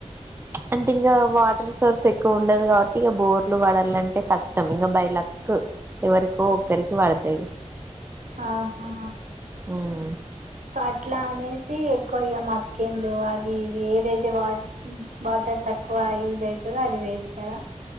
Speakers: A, on the right; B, on the right.
A: అంటింగ వాటర్ సోర్సెక్కువుండదు గాబట్టి ఇగ బోర్లు బడల్లంటే కష్టం ఇంగ బై లక్కు. ఎవరికో ఒక్కర్కి వడ్తయ్
B: ఆహా
A: ఉమ్
B: కట్లా అనేస్ సీ ఎక్కువ ఇగ మక్కెన్లు అవీ ఇవీ ఏదైతె వాట్ మ్ వాటర్ తక్కువ యూజైత <unintelligible> అది వేస్తర.